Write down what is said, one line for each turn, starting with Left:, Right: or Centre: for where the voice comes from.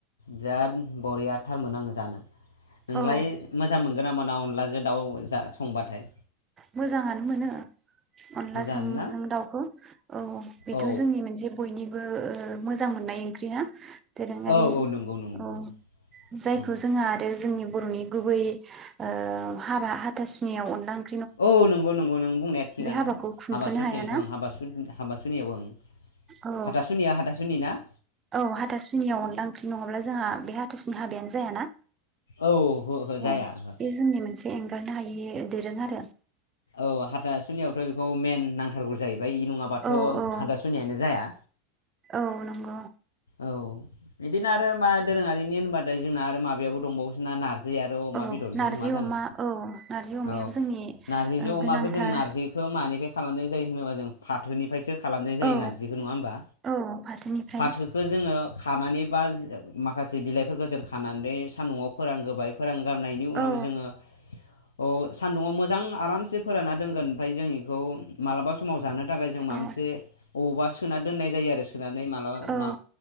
Left: बिराद बरिया थारमोन आङो जानो। नोंलाय
Right: औ
Left: मोजां मोन मोनगोनामोना अनलाजों दाउ जों संबाथाय?
Right: मोजांङानो मोनो अनला
Left: मोजाङानो
Right: संजों
Left: ना
Right: दाउखौ औ बेथ'
Left: औ
Right: जोंनि मोनसे बयनिबो ओ मोजां मोननाय ओंख्रिया दोरोङारि
Left: औ औ नंगौ नंगौ
Right: औ जायखौ
Left: ओं
Right: जों आरो जोंनि बर'नि गुबै ओ हाबा हाथासुनियाव अनदला ओं
Left: औ नंगौ नंगौ नों बुंनाया थिगानो,
Right: हाबाखौ खुंफोनो
Left: हाबा सुटि
Right: हायाना
Left: ओं हाबा सु-सुनियाव ओं। हाथा
Right: औ
Left: सुनिया हाथा सुनिना?
Right: औ हाथासुनियाव अनला ओंख्रि नङाब्ला जोंहा बे हाथासुनि हाबायानो जायाना।
Left: औ हो हो जाया
Right: औ बे
Left: हो
Right: जोंनि मोनसे गारनो हायि दोरों आरो।
Left: औ हाथासुनियावथ' बेखौ मेन नांथारगौ जायो। फ्राय इ नङाबाथ'
Right: औ औ
Left: हादासुनिानो जाया।
Right: औ नंगौ।
Left: औ बिदिनो आरो मा दोरोङारिनि होनबाथाय जोंना आरो माबायायावाबो दंबावोसोना नारजि आरो अमा
Right: औ
Left: बेदरजों
Right: नारजि
Left: नङा जानो
Right: अमा औ नारजि अमाबो
Left: औ
Right: जोंनि ओ
Left: नारजिजों अमाखौ
Right: गोनांथार
Left: जों नारजिखौ मानिफ्राय खालामनाय जायो होनोबा जों फाथोनिफायसो खालामनाय जायो
Right: औ
Left: नारजिखो नङा होमबा?
Right: औ फाथोनिफ्राय
Left: फा खो जोङो खानानै बा माखासे बिलाइफोरखो जों खानानै सान्दुंआव फोरानगोबाय फोरान गारनायनि उनाव
Right: औ
Left: जोङो अ सान्दुङाव मोजां आरामसे फोरानना दोनगोन ओमफ्राय जों इखौ मालाबा समाव जानो थाखाय जों माबा
Right: औ
Left: मोनसे अबावबा सोना दोननाय जायो आरो सोनानै
Right: औ
Left: ना